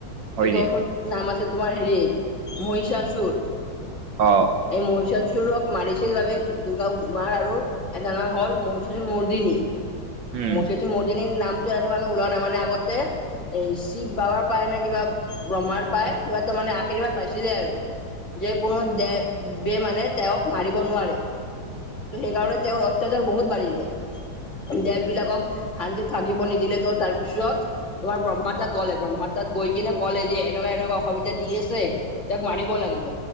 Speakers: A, on the right; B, on the left.
A: হয়
B: এইটো
A: দিয়া
B: অৰ্থৰ নাম আছে তোমাৰ হেৰি মহিষাসুৰ।
A: অঁ।
B: এই মহিষাসুৰক মাৰিছিল বাবে দুৰ্গা মাৰ আৰু এটা নাম হ'ল মহীসুৰৰ মৰ্দিনি।
A: উম
B: মহিষাসুৰমৰ্দিনী নামটো এনেকুৱাকে ওলোৱা নাই। মান, আগতে এই শিৱ বাবাৰ পাই না কিবা ব্ৰহ্মাৰ পাই কিবা তাৰমানে আশীৰ্বাদ পাইছিলে আৰু। যে কোনো দে ৱে মানে তেওঁক মাৰিব নোৱাৰে। ত ' সেইকাৰণে তেওঁৰ অত্যাচাৰ বহুত বাঢ়িলে। দেৱবিলাকক শান্তিত থাকিব নিদিলে ত' তাৰপিছত তোমাৰ বহ্মা তাত গ'লে, ব্ৰহ্মা তাত গৈ কিনে ক'লে যে এনেকুৱা এনেকুৱা অসুবিধা দি আছে, তেওঁক মাৰিব লাগিব।